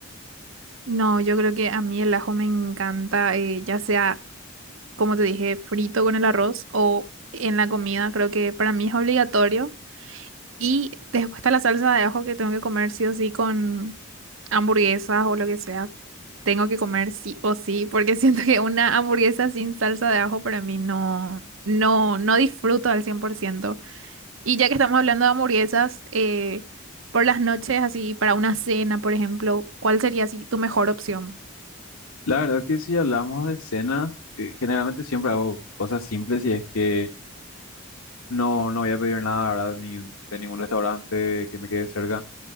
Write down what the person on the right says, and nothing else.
No, yo creo que a mí el ajo me encanta, eh, ya sea... como te dije, frito con el arroz o en la comida, creo que para mí es obligatorio. Y después está la salsa de ajo que tengo que comer sí o sí con hamburguesas o lo que sea. Tengo que comer sí o sí, porque <laughs> siento que una hamburguesa sin salsa de ajo para mí no, no, no disfruto al cien por ciento Y ya que estamos hablando de hamburguesas, eh, por las noches, así para una cena, por ejemplo, ¿cuál sería así tu mejor opción?